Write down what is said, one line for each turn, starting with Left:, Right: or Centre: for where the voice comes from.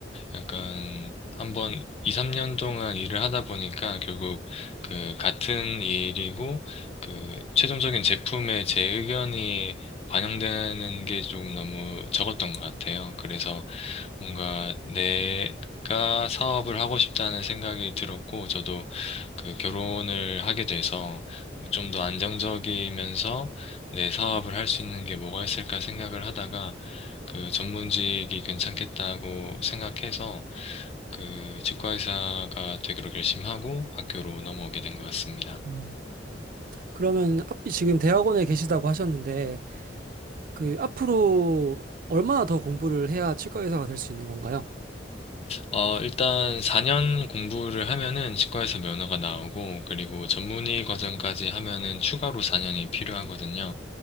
Left: 약간 한번 2, 3년 동안 일을 하다 보니까 결국 그 같은 일이고 그 최종적인 제품에 제 의견이 반영되는 게 조금 너무 적었던 것 같아요. 그래서 뭔가 내가 사업을 하고 싶다는 생각이 들었고, 저도 그 결혼을 하게 돼서 좀 더 안정적이면서 내 사업을 할 수 있는 게 뭐가 있을까 생각을 하다가 그 전문직이 괜찮겠다고 생각해서 그 치과 의사가 되기로 결심하고 학교로 넘어오게 된 것 같습니다.
Right: 음, 그러면 앞- 지금 대학원에 계시다고 하셨는데 그 앞으로 얼마나 더 공부를 해야 치과 의사가 될 수 있는 건가요?
Left: 어, 일단 4년 공부를 하면은 치과에서 면허가 나오고 그리고 전문의 과정까지 하면은 추가로 4년이 필요하거든요.